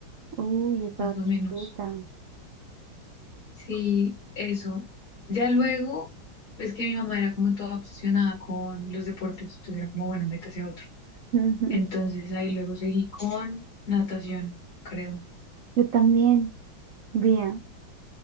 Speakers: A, on the right; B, on the left.
A: Uy, yo estaba
B: más o
A: chiquita.
B: menos.
A: <laughs>
B: Sí, eso. Ya luego, es que mi mamá era como toda obsesionada con los deportes, entonces era como, bueno, métase a otro.
A: Ujú.
B: Entonces ahí luego seguí con natación, creo.
A: Yo también, vea.